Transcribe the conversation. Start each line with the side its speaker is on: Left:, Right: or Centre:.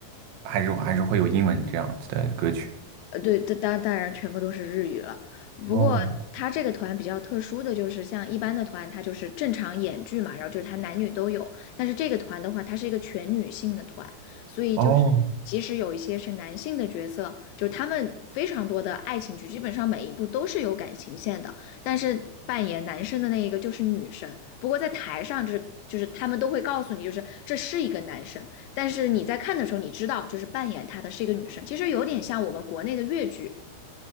Right: 还是还是会有英文这样子的歌曲。
Left: 呃，对，当当当然全部都是日语了。不过他这个团比较特殊的就是，
Right: 哦
Left: 像一般的团，他就是正常演剧嘛，然后就是他男女都有。但是这个团的话，它是一个全女性的团，所以就是即使有一些是男性的角色，
Right: 哦
Left: 就他们非常多的爱情剧，基本上每一部都是有感情线的，但是扮演男生的那一个就是女生。不过在台上就是。就是他们都会告诉你，就是这是一个男生，但是你在看的时候，你知道就是扮演她的是一个女生，其实有点像我们国内的越剧。